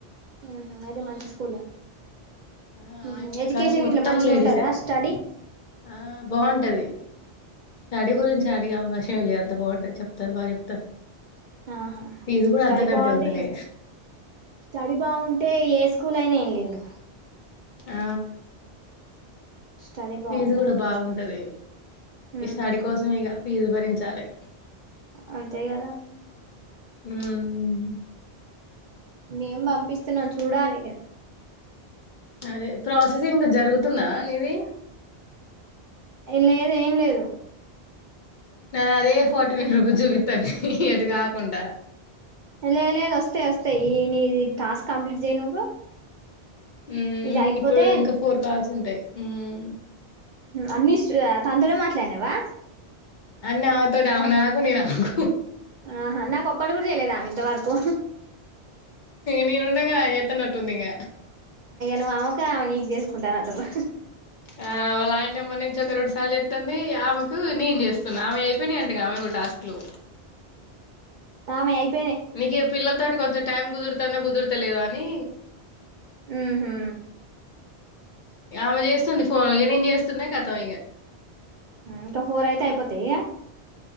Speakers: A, on the right; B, on the left.
A: ఆహా అయితే మంచి స్కూల్
B: ఆ
A: ఎ
B: ఆయమ్మల
A: ఎడ్యుకేషన్
B: కాంచి
A: గిట్లా
B: మొత్తం
A: మంచిగా
B: లేడీసే
A: ఉంటుందా స్టడీ
B: ఆ బాగుంటది స్టడీ గురించి అడిగే అవకాశం లే అంత బావుంటంది చెప్తారు బా చెప్తారు
A: ఆహా
B: ఫీజు గూడా
A: స్టడీ
B: అంతకంటే
A: బాగుంటే
B: ఉందిలే
A: ఏం కాదు స్టడీ బావుంటే ఏ స్కూల్ అయినా ఏం లేదు
B: ఆ
A: స్టడీ బాగుండాలి
B: ఫీజు గూడా
A: ఫస్ట్
B: బాగుంటది ఈ
A: ఉహు
B: స్టడీ కోసమే ఇగ ఫీజు భరించాలి
A: అంతే కదా
B: మ్మ్
A: మేమ్ పంపిస్తున్నాం చూడాలి ఇగ
B: అదే ప్రాసెసింగ్ జరుగుతుందా నీది
A: లేదు ఏం లేదు
B: నను అదే ఫార్టీ నైన్ రూపీస్ జూవితాంది ఎటు కాకుండ
A: లేద్ లేద్ వస్తాయి వస్తాయి ఈ నీది టాస్క్ కంప్లీట్ జేయ్ నువ్వు
B: మ్మ్
A: ఇది అయిపోతే
B: ఇప్పుడు ఇంకా ఫోర్ కాల్స్ ఉంటాయ్ మ్మ్
A: అన్ని తనతోనే మాట్లాడినావా
B: అన్నీ అవుతోడి ఆవు నాకు నీ నాకు
A: ఆహా నాకు ఒక్కటి గూడా జేయలె ఆమె ఇంతవరకు
B: నేను ఉన్నాగా నాకు చెత్తనట్టు ఉంది ఇగ
A: నువ్ అవ్వకా ఆమె నీకు జేసుకుంటాను అంటుర్రు
B: ఆ వాలాయన్ నెంబర్ నుంచి ఒక రెండు సార్లు చెత్తంది ఆమెకు నేను చేస్తున్నా ఆమె అయిపోయినీ అంటగా ఆమెకు టాస్క్ లు
A: ఆమె అయిపో
B: నీకు ఇగ పిల్లల తోటి కొంచెం టైం కుదురుతంద కుదురుతులేదో అని
A: మ్మ్ హు
B: ఆమె చేస్తుంది ఫోన్ ఇగ నేను జేస్తున్నా కతం ఇగ
A: ఇంకా ఫోర్ అయితే అయిపోతాయ